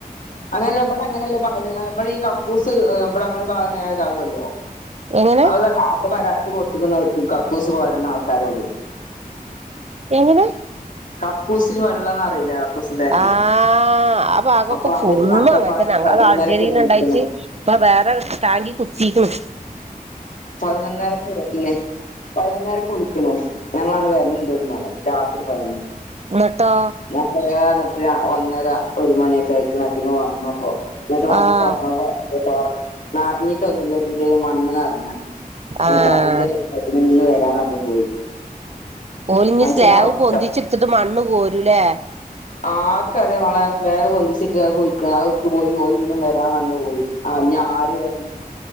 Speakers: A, on the left (about 60°); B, on the right (about 45°).
A: അങ്ങനല്ല ഇവിടെ അങ്ങനെയല്ല ഇടെ ഈ കക്കൂസ് ഇടെ നമ്മൾ വാകുന്ന ഇതാവുമല്ലോ
B: എങ്ങനെ
A: <unintelligible> ത് കൊടുത്തക്ക കക്കൂസ് കോരുന്ന ആൾക്കാരോട്
B: എങ്ങനെ
A: കക്കുസിൽ വെള്ളംന്ന് അറിയില്ല കക്കൂസ് ടാങ്കില്
B: ആഹ് ആഭാഗക്ക
A: അപ്പൊ
B: ഫുള്ള്
A: അവര് നട്ടപ്പാതിരക്ക്
B: അങ്ങൻത്തന്ന ഞങ്ങളെ
A: പതിനൊന്നരക്ക്
B: കാൾജേരിന്ന്
A: എന്നെ വിളിക്കണ്
B: ഇണ്ടായിട്ട് ഇപ്പ വേറെസ് തി കുത്തീക്ക്ണ്
A: പതിനൊന്നരക്ക് വര്ന്. പതിനൊന്നൊരക്ക് വിളിക്ക്ണൊ ഞങ്ങളാണ്ട് വര്ന് തും പർഞ്ഞാണ്ട് രാത്രി
B: ന്നട്ടോ
A: <unintelligible> രാ ഒന്നര ഒരു മണിയൊക്കെ ആയിക്ക്ണ് അയ്റ്റങ് വന്നപ്പോ. ഇന്നട്ട് വന്ന്
B: ആഹ്
A: <unintelligible> നർറഞ്ഞിട്ടൊന്നുല്ലതില് മണ്ണ് നെർഞ്ഞ. ഇന്നട്ട
B: ആഹ്
A: അതിന്റെ <unintelligible> <unintelligible> പോയി
B: ഓല്ന്ന്
A: മനുഷ്യനെ
B: സ്ലാവ്
A: ഉറക്ക
B: പൊന്തിച്ചിട്ത്തിട്ട് മണ്ണ് കോരുലേ
A: ആർക്കറിയാ മളെ സ്ലാവ് പൊന്തിച്ചിട്ട് അത് പൊയിക്ക. അത് ഇട്ടുപോയി ഓല് ഇന്നും വരാർഞ് പോയി. ആഹ് ഞാ ആര് വര്